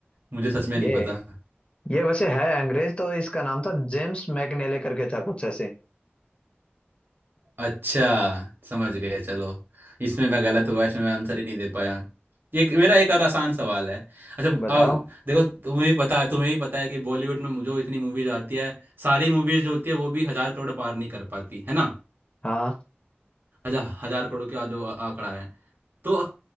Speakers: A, on the right (about 55°); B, on the left (about 30°).
A: मुझे सच में
B: ये
A: नहीं पता
B: ये वैसे है अंग्रेज तो इसका नाम था जेम्स मैकनेले करके था कुछ ऐसे
A: अच्छा समझ गए चलो इसमें मैं गलत हुआ इसमें मैं आंसर ही नहीं दे पाया एक मेरा एक और आसान सवाल है अच्छा
B: बताओ
A: आ, देखो तुम्हें भी पता है तुम्हें भी पता है कि बॉलीवुड में मुझे इतनी मूवीज आती है सारी मूवीज जो होती है वो भी हजार करोड़ पार नहीं कर पाती है ना
B: हाँ
A: अच्छा हजार करोड़ का जो आ- आंकड़ा है तो